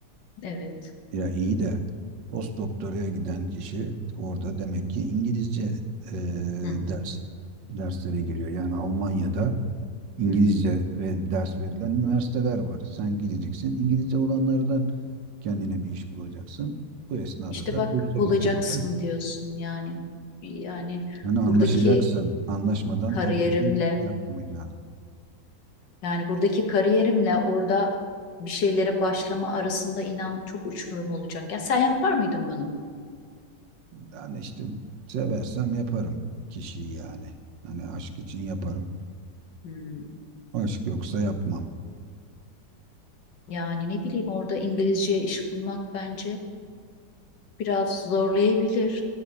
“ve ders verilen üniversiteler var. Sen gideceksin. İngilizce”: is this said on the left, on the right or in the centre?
Right